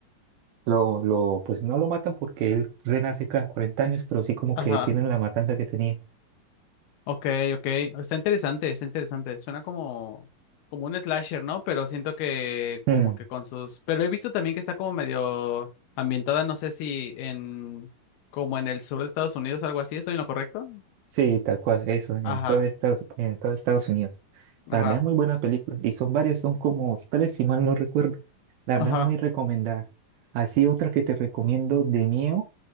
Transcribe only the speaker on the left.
Ajá.
Ok, ok. Está interesante, está interesante. Suena como, como un slasher, ¿no? Pero siento que
como que con sus... Pero he visto también que está como medio ambientada, no sé si en... como en el sur de Estados Unidos, algo así. ¿Estoy en lo correcto?
Ajá,
ajá,
ajá.